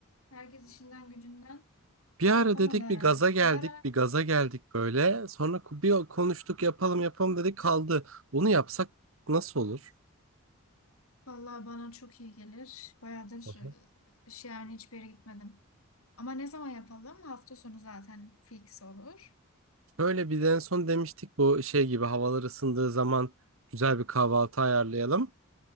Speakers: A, on the left; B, on the right.
A: Herkes işinden gücünden şey
B: Bir ara
A: yapamadı
B: dedik
A: herhalde.
B: bir gaza geldik,
A: Bir ara
B: bir gaza geldik böyle. Sonra ku- bir konuştuk yapalım yapalım dedik kaldı. Bunu yapsak nasıl olur?
A: vallahi bana çok iyi gelir. Bayağıdır
B: Aha.
A: e, şey yani hiçbir yere gitmedim. Ama ne zaman yapalım? Hafta sonu zaten fix olur.
B: Böyle bir de en son demiştik bu şey gibi havalar ısındığı zaman güzel bir kahvaltı ayarlayalım.